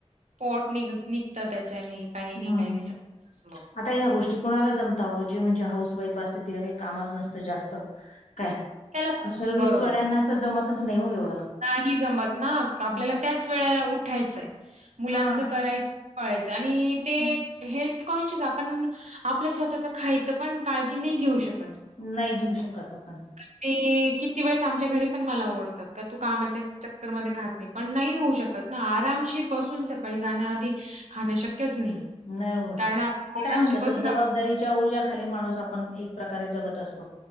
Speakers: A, on the right; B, on the left.
A: पोट निघ निघत त्याच्यानी काही नाही
B: हम्म
A: काही नाही समजतच मग
B: आता ह्या गोष्टी कोणाला जमत आवो जे म्हणजे हाऊस वाईफ असते तिला काही कामच नसतं जास्त काय
A: त्याला
B: ते सर्विसवाल्यांना
A: बरोबर आहे.
B: तर जमतच नाही हो एवढं.
A: नाही जमत ना आपल्याला
B: नाही का
A: त्याच वेळेला उठायचंय मुलांचं
B: हा
A: करायचं करायच आणि ते
B: हं.
A: हे ती कोणचीच आपण आपल्या स्वतःच खायचं पण काळजी नाही घेऊ शकत
B: नाही घेऊ शकत आपण
A: क ते किती वेळेस आमच्या घरी पण मला ओरडतात का तू कामाच्या चक्करमध्ये खात नाही पण नाही होऊ शकत ना आरामशीर बसून सकाळी जाण्याआधी खाणं शक्यच नाही
B: नाही होत
A: कारण आपण
B: ते
A: आरामशीर
B: काय होऊन जात
A: बसून
B: जबाबदारीच्या
A: आपण
B: ओज्या खाली माणूस आपण एक प्रकारे जगत असतो